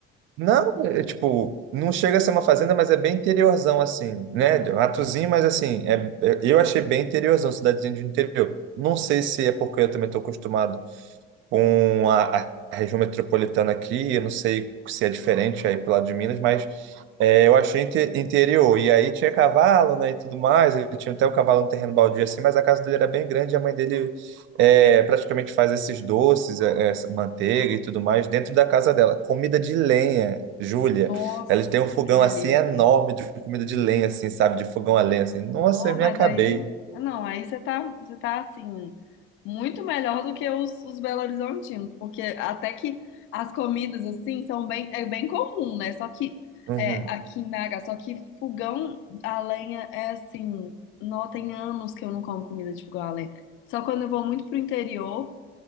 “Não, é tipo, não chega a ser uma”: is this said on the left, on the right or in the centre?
Right